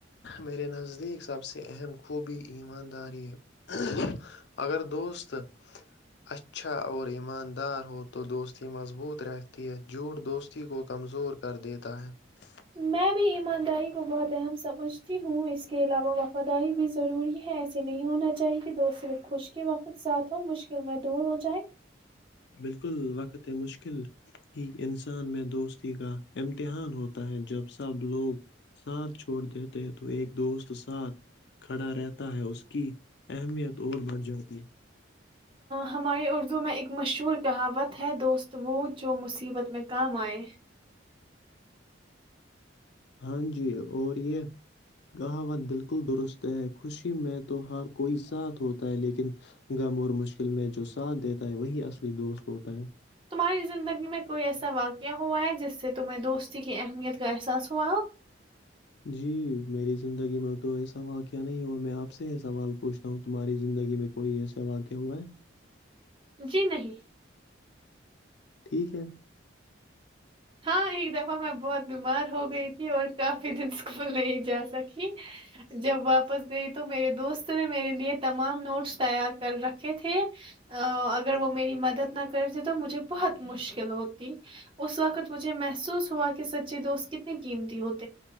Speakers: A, on the left; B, on the right.
A: میرے نزدیک سب سے اہم خوبی ایمانداری ہے اگر دوست اچھا اور ایماندار ہو تو دوست مضبوط رہتی ہے جھوھ دوست کو کمزور کر دیتا ہے <unintelligible>
B: میں بھی ایمانداری کو بہت اہم سمجھتی ہوں اس کے علاوہ وفاداری بھی ضروری ہے ایسے نہیں ہونا چاہیے کہ دو صرے خوش کے وقت ساتھ ہووں مشکل میں دور ہو جائے
A: بالکل وقت مشکل ہی انسان میں دوستی کا امتحان ہوتا ہے جب سب لوگ ساتھ چھوڑ دیتے ہیں تو ایک دوست ساتھ کھڑا رہتا ہے اس کی اہمیت اور بھ جاتی ہے
B: ہماری اردو میں ایک مشہور کہاوت ہے دوست وہ جو مصیبت میں کام ائے
A: ہاں جی اور یہ کہاوت بالکل درست ہے خوشی میں تو ہر کوئی ساتھ ہوتا ہے لیکن غم اور مشکل میں جو ساتھ دیتا ہے وہی اصلی دوست ہوتا ہے
B: تمہاری زندگی میں کوئی ایسا واقعہ ہوا ہے جس اس سے تمہیں دوستی کی اہمیت کا احساس ہوا
A: جی میری زندگی میں تو ایسا واقعہ نہیں ہوا میں آپ سے ہی سوال پوچھتا ہوں تمہاری زندگی میں کوئی ایسا واقعہ ہوا ہے
B: جی نہیں
A: ٹھیک ہے
B: ہاں ہی دا میں بہت بیمار ہو گئی تھی اور کافی دن اسکول نہیں جا سکی جب واپس گئی تو میرے دوست نے میرے لیے تمام نوٹس تیار کر رکھے تھے اگر وہ میری مدد نہ کرتے تو مجھے <unintelligible> بہت مشکل ہوتی اس وقت مجھے محسوس ہوا کہ سچی دوست کتنی قیمتی ہو تو